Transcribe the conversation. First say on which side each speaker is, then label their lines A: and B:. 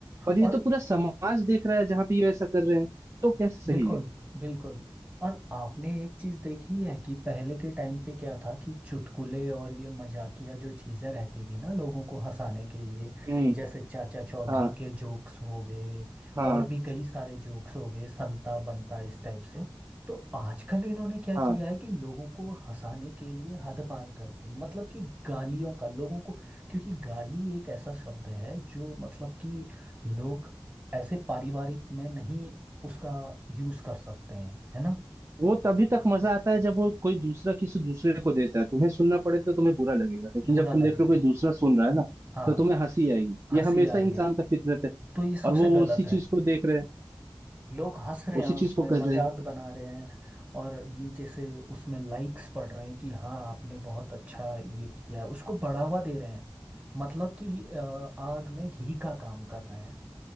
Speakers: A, on the right; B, on the right.
A: पर ये
B: और
A: तो पूरा समाज देख रहा है जहाँ पे ये वैसा कर रहे हैं तो कैसे सही
B: बिल्कुल
A: है
B: बिल्कुल और आपने एक चीज देखी है कि पहले के टाइम पे क्या था कि चुटकुले और ये मजाकिया जो चीजें रहती थी ना लोगों को हंसाने के लिए
A: हम्म
B: जैसे चाचा चौधरी
A: हाँ
B: के जोक्स हो गए
A: हाँ
B: और भी कई सारे जोक्स हो गए संता बनता इस टाइप से तो आजकल इन्होंने क्या
A: हाँ
B: किया है कि लोगों को हंसाने के लिए हद पार कर दी है मतलब कि गालियों का लोगों को क्योंकि गाली एक ऐसा शब्द है जो मतलब कि लोग ऐसे पारिवारिक में नहीं उसका यूज कर सकते हैं है ना
A: वो तभी तक मजा आता है जब वो कोई दूसरा किसी दूसरे को देता है तुम्हें सुनना पड़े तो तुम्हें बुरा लगेगा लेकिन
B: बुरा
A: जब तुम
B: लगेगा
A: देख रहे हो कोई दूसरा सुन रहा है ना
B: हाँ
A: तो तुम्हें हंसी आएगी ये
B: हंसी
A: हमेशा
B: आ रही
A: इंसान
B: है
A: का फितरत है
B: तो ये
A: और
B: सबसे
A: वो
B: गलत
A: उसी
B: है
A: चीज को देख रहे हैं
B: लोग हंस रहे हैं
A: उसी
B: उसमें
A: चीज को कर
B: मजाक
A: रहे हैं
B: बना रहे हैं और नीचे से उसमें लाइक्स पड़ रहे हैं कि हाँ आपने बहुत अच्छा ये किया है। उसको बढ़ावा दे रहे हैं मतलब कि अ, आग में घी का काम कर रहे हैं